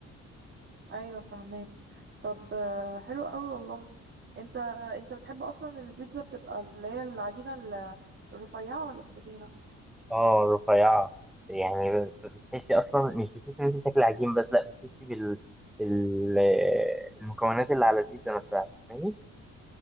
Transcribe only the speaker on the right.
ايوه فاهمه طب آه، حلو قوي والله انت انت بتحب اصلا البيتزا بتبقى اللي هي العجينه ال- الرفيعه ولا التخينه